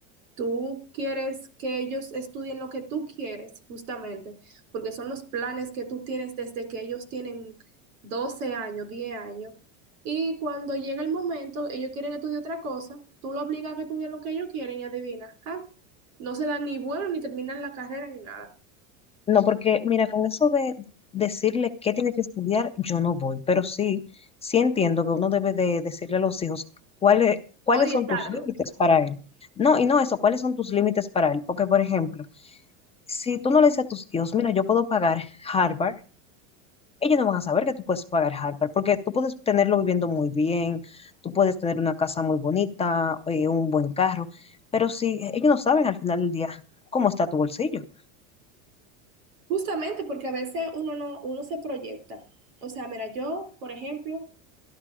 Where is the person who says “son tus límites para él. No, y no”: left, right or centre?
Left